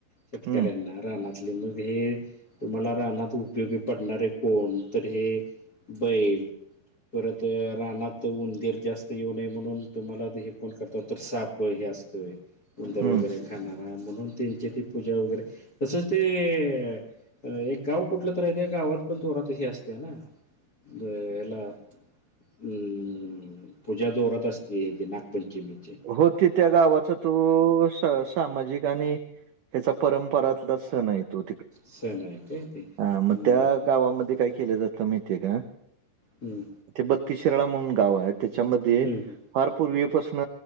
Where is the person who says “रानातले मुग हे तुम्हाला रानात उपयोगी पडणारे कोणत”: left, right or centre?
Left